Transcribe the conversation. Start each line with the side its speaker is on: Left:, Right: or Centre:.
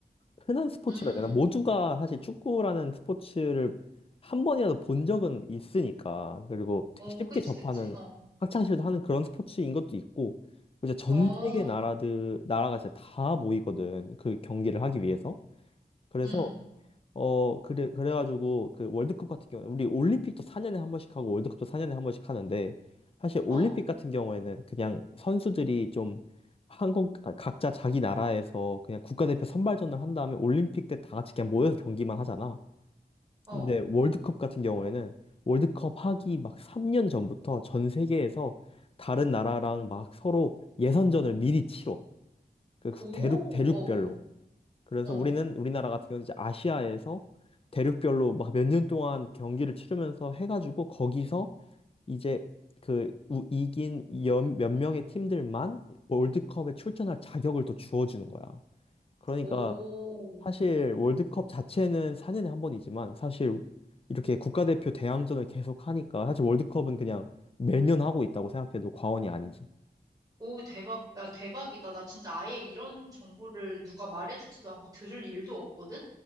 Left: 흔한 스포츠라
Right: 음,
Left: 해야 되나 모두가 사실 축구라는 스포츠를 한 번이라도 본 적은 있으니까 그리고 되게
Right: 어,
Left: 쉽게
Right: 그치,
Left: 접하는
Right: 그치, 어,
Left: 학창시절도 하는 그런 스포츠인 것도 있고 이제 전
Right: 어,
Left: 세계 나라들 나라가 진짜 다 모이거든 그 경기를 하기 위해서. 그래서
Right: 음,
Left: 어, 그래, 그래가지고, 그 월드컵 같은 경우에, 우리 올림픽도 4년에 한 번씩 하고 월드컵도 4년에 한 번씩 하는데, 사실 올림픽
Right: 어,
Left: 같은 경우에는 그냥 선수들이 좀 한국, 아, 각자 자기 나라에서 그냥 국가대표 선발전을 한 다음에 올림픽 때 다 같이 그냥 모여서 경기만 하잖아.
Right: 어,
Left: 근데 월드컵 같은 경우에는 월드컵 하기 막 3년 전부터 전 세계에서 다른 나라랑 막 서로 예선전을 미리 치러. 그 국-
Right: 오,
Left: 대륙, 대륙별로.
Right: 어,
Left: 그래서
Right: 어, 어,
Left: 우리는 우리나라 같은 경우는 이제 아시아에서 대륙별로 막 몇 년 동안 경기를 치르면서 해가지고 거기서 이제 그 우- 이긴 연- 몇 명의 팀들만 월드컵에 출전할 자격을 또 주어주는 거야. 그러니까
Right: 오,
Left: 사실 월드컵 자체는 4년에 한 번이지만 사실 이렇게 국가대표 대항전을 계속 하니까 사실 월드컵은 그냥 매년 하고 있다고 생각해도 과언이 아니지.
Right: 오, 대박, 야, 대박이다. 나 진짜 아예 이런 정보를 누가 말해주지도 않고 들을 일도 없거든?